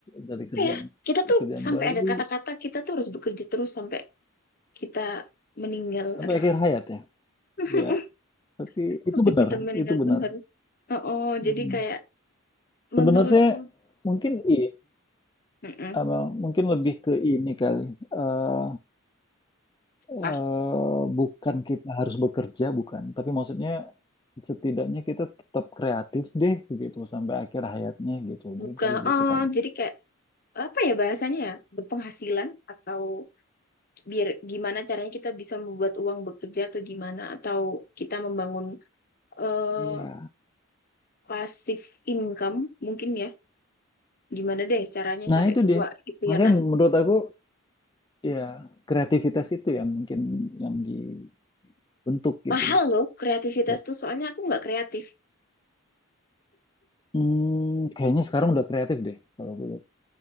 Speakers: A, on the left (about 20°); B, on the left (about 45°).
A: dari kerjaan
B: apa ya, kita tuh
A: kerjaan
B: sampai
A: baru
B: ada kata-kata kita tuh harus bekerja terus sampai kita meninggal.
A: sampai
B: Aduh.
A: akhir hayat ya
B: <laughs>
A: ya tapi
B: kok
A: itu benar
B: hitam meninggal
A: itu benar
B: pun harus. Oh, oh,
A: Hmm.
B: jadi kayak menurutku,
A: sebenarnya mungkin ini
B: mm
A: Amel mungkin lebih ke ini kali Eh,
B: Hah?
A: eh, bukan kita harus bekerja, bukan. Tapi maksudnya setidaknya kita tetap kreatif deh gitu sampai akhir hayatnya gitu. Mungkin
B: bukan.
A: kali
B: Oh,
A: gitu kali.
B: jadi kayak apa ya bahasanya ya? Berpenghasilan atau biar gimana caranya kita bisa membuat uang bekerja atau gimana atau kita membangun eh
A: Iya.
B: pasif income mungkin ya. Gimana deh caranya
A: Nah,
B: sampai
A: itu
B: tua
A: dia.
B: gitu
A: Makanya
B: ya kan?
A: menurut aku ya kreativitas itu yang mungkin yang dibentuk gitu.
B: Mahal loh kreativitas
A: Dan,
B: tuh soalnya aku nggak kreatif.
A: hmm, kayaknya sekarang udah kreatif deh kalau gue lihat.